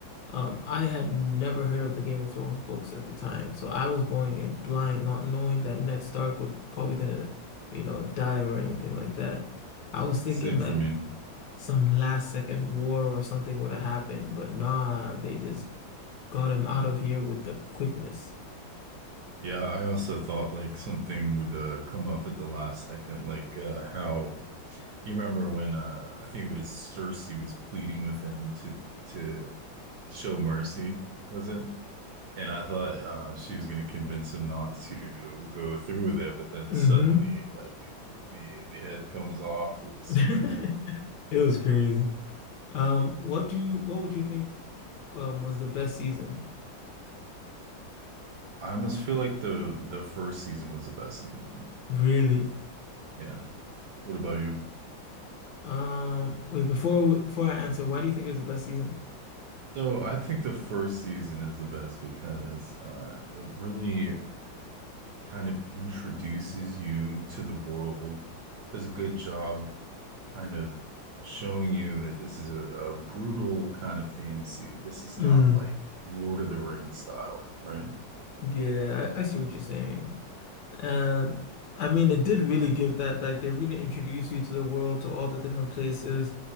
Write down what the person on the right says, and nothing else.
Same
for me.
Yeah, I also thought like something would uh, come up at the last second, like uh, how you remember when uh, I think it was Cersei was pleading with him to to show mercy, was it? And I thought uh, she was going to convince him not to go through with it, but then
suddenly, like the the head comes off. It was
crazy.
I almost feel like the the first season was the best season.
Yeah. What about you?
So I think the first season is the best because uh, it really kind of introduces you to the world, does a good job kind of showing you that this is a, a brutal kind of fantasy. This is
not like Lord of the Rings style, right?